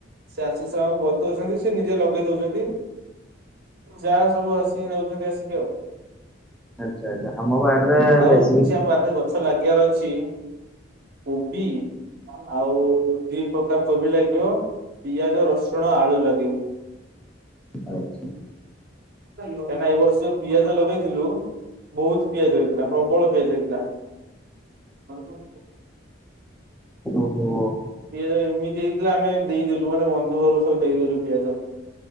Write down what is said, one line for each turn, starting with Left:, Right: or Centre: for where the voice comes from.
Right: ସେ ଆସି <unintelligible> ବତଉଛନ୍ତି ସେ ନିଜେ ଲଗେଇ ଦଉଛନ୍ତି। ଯାହା ସବୁ ଆସିକି ନେଉଛନ୍ତି ଆସିକି ଆ
Centre: ଆଚ୍ଛା ଆଚ୍ଛା ଆମ ବାରିରେ
Right: ଆଉ
Centre: ବେଶୀ
Right: କିଛି ଆମ ବାର୍ ରେ ଗଛ ଲାଗିବାର ଅଛି। <unintelligible> କୋବି ଆଉ ଦି ପ୍ରକାର କୋବି ଲାଗିବ, ପିଆଜ ରସୁଣ ଆଳୁ ଲାଗିବ।
Centre: ଆଚ୍ଛା।
Right: ଏ ବର୍ଷ ପିଆଜ ଲଗେଇଥିଲୁ ବୋହୁତ ପିଆଜ ହେଇଥିଲା ପ୍ରବଳ ପିଆଜ ହେଇଥିଲା। <inaudible>
Centre: ଓ ହୋ।
Right: ପିଆଜ ଏମିତି ହେଇଥିଲା ଆମେ ଦେଇଦେଲୁ। ମାନେ ବନ୍ଧୁଘରକୁ ସବୁ ଦେଇଦେଲୁ ପିଆଜ।